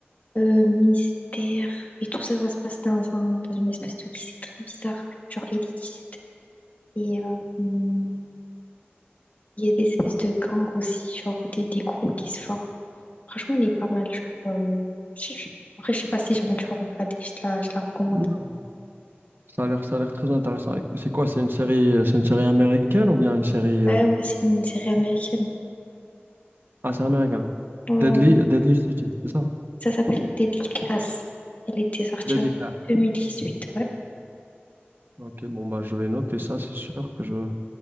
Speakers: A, on the left (about 40°); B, on the right (about 55°).
A: euh, mystère et tout ça, ça se passe dans un, dans une espèce de lycée très bizarre, genre élitiste. Et euh, hum, il y a des espèces de gangs aussi, genre des, des groupes qui se forment. Franchement, elle est pas mal. Genre, euh, je- je- Après, je sais pas si jamais tu vas regarder, je te la, je te la recommande.
B: Non, Ça a l'air, ça a l'air très intéressant. Et C'est quoi? C'est une série, euh, c'est une série américaine ou bien une série, euh,
A: Ouais, ouais, c'est une série américaine.
B: ah, c'est américain.
A: Ouais,
B: Deadly,
A: ouais, ouais.
B: Deadly City, c'est ça?
A: Ça s'appelle Deadly Class. Elle était sortie
B: Deadly
A: en
B: Class.
A: 2018, ouais.
B: Ok, bon bah je vais noter ça, c'est sûr que je